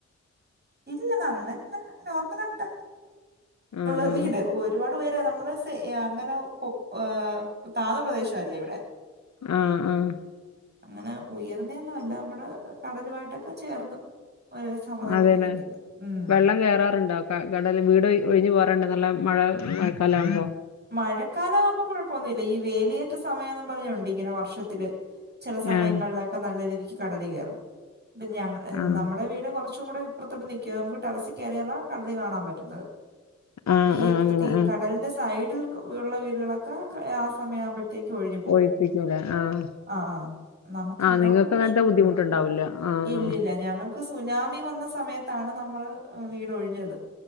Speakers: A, on the right; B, on the left.
A: ഇല്ല. അങ്ങനല്ല. നോർമലായിട്ട്
B: ആഹ്
A: ഉള്ളരു
B: ആഹ്.
A: വീട്. ഒരുപാട് ഉയര നമ്മള് സെയ അങ്ങനെ പ്പൊ ഉ താന്ന പ്രദേശല്ലേ ഇവടെ.
B: ആഹ് ആഹ്.
A: അങ്ങനെ ഉയർന്നെന്നും അല്ല. നമ്മടെ കടലുമായിട്ടൊക്കെ ചേർന്നു. ഒരേ സമനിലപ്പിൽ
B: അതെല്ലേ?
A: നിക്യും. ഉം
B: വെള്ളം കേറാറുണ്ടൊ? ക കടല്. വീട് ഒഴി ഒഴിഞ്ഞു പോവാറുണ്ട്. നല്ല മഴ മഴക്കാലാവുമ്പോ.
A: മഴക്കാലവുമ്പോ കൊഴപ്പൊന്നുല്ല. ഈ വേലിയേറ്റ സമയംന്ന് പറഞ്ഞോണ്ട് ഇങ്ങനെ വർഷത്തില്. ചെല സമയങ്ങളിലൊക്കെ
B: ആഹ്
A: നല്ല രീതിക്ക് കടല് കേറും. ഇപ്പ ഞ
B: ആഹ്
A: നമ്മുടെ വീട് കൊറ ച്ചും കൂടെ ഇപ്പുറതൊട്ട് നിക്ക. നമുക്ക് ടെറസി കേറിയാല കടല് കാണാൻ പറ്റുന്നത്.
B: ആഹ്
A: ഈക്
B: ആഹ് അങ്ങനെ
A: തീ
B: ആഹ്
A: കടലിന്റെ സൈഡിൽ ക്ക്‌ ള്ള വീടുകളൊ ക്കെ കാ ആഹ് സമയാവുമ്പോഴത്തേക്ക് ഒഴിഞ്ഞു പോവും.
B: ഒഴിപ്പിക്കൂലേ ആഹ്
A: ആഹ് ആഹ്. നമുക്ക്
B: ആഹ്
A: ഇങ്ങോട്ട്
B: നിങ്ങക്ക്
A: പ്രശ്നൊന്നുല്ല.
B: അങ്ങനത്തെ ബുദ്ധിമുട്ടുണ്ടാവൂല്ല ആഹ്
A: ഇല്ല്യല്ല. ഞങ്ങൾക് ക്ക് സുനാമി വന്ന സമയത്താണ് നമ്മള് വീടൊഴിഞ്ഞത്.